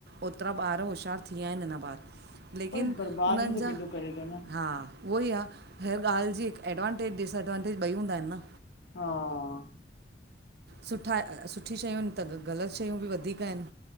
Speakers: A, on the right; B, on the left.
A: ओतिरा ॿार होशियारु थी विया आहिनि हिन बार लेकिन
B: पर बर्बाद
A: उन्हनि
B: बि त
A: जा
B: केॾो करे थो न
A: हा। उहो ई आहे हर ॻाल्हि जी हिकु एडवांटेज डिसएडवांटेज ॿई हूंदा आहिनि न।
B: हा।
A: सुठा सुठ। सुठी शयूं आहिनि त ग़लति शयूं बि वधीक आहिनि